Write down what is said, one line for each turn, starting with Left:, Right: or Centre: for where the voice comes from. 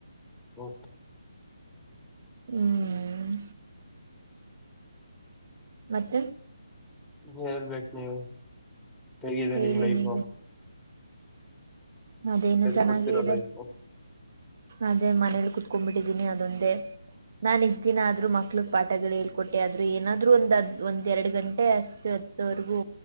Centre: ಕ
Right: ಹ್ಮ್ ಮತ್ತೆ
Centre: ಹೇಳ್ಬೇಕು ನೀವ ಹೇಗಿದೆ
Right: ಹೇಳಿ
Centre: ನಿಮ್ ಲೈಗ
Right: ನೀವೆ ಅದೇನು ಚೆನ್ನಾಗ
Centre: ಕೂತಿರೋ
Right: ಇದೆ
Centre: ಲೈಫು
Right: ಅದೇ ಮನೇಲಿ ಕುೂತ್ಕೊಂಡ್ಂಬಿಟ್ಟಿದ್ದೀನಿ ಅದೊಂದೇ ನಾನ್ ಇಷ್ಟ ದಿನ ಆದ್ರು ಮಕ್ಳಗ್ ಪಾಠಗಳು ಹೇಳ್ಕೊಟ್ಟೆ ಆದ್ರು ಏನಾದ್ರು ಒಂದದ್ ಒಂದ ಎರಡ್ ಗಂಟೆ ಅಷ್ಟು ತ್ತವರೆಗೂ